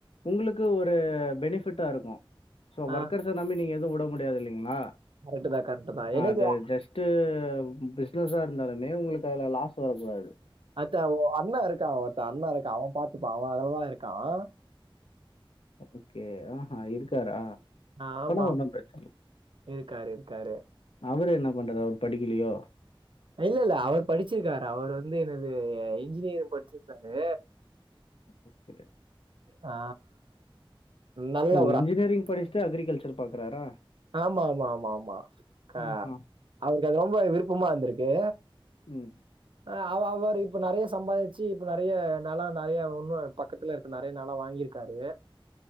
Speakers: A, on the left; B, on the right.
A: உங்ளுக்கு ஒரு பெனிஃபிட்டா இருக்கோம் சோ
B: ஆ
A: ஒர்க்கர்ஸ நம்பி நீங்க எதும் வுட முடியாது இல்லீங்ளா
B: கரெக்ட்டு தான், கரெக்ட்டு தான். எனக்கு
A: அது ஜஸ் ட்டு பிஸ்னஸ்ஸா இருந்தாலுமே உங்களுக்கு அதுல லாஸ் வரக்கூடாது
B: அடுத்து ஒ அண்ண இருக்கான் ஒருத்த அண்ண இருக்கான் பாத்துப்பா அவ அதுலா இருக்கான்
A: ஓகே ஆ இருக்காரா
B: ஆமாம்
A: அப்பனா ஒண்ணும் பிரச்சனை இல்ல.
B: இருக்காரு இருக்காரு
A: அவரு என்ன பண்றாரு அவரு படிக்கீலீயோ
B: இல்லல்ல அவரு படிச்சிருக்காரு அவர் வந்து என்னது இன்ஜினியரிங் படிச்சிருக்காரு
A: ஓகே
B: ஆ நல்ல
A: ஓ
B: ஒரு
A: இன்ஜினியரிங்
B: ஆள்.
A: படிச்சுட்டு அக்ரிகல்ச்சர் பாக்குறாரா
B: ஆமா ஆமா ஆமா ஆமா க
A: ஆஹா.
B: அவருக்கு அது ரொம்ப விருப்பமா இருந்திருக்கு
A: ம்
B: ‌அ அவ அவ ரு இப்ப நெறய சம்பாரிச்சு இப்ப நறய நெலோ நறய இன்னூ பக்கத்துல இருக் நெறய நெலோ வாங்கியிருக்காரு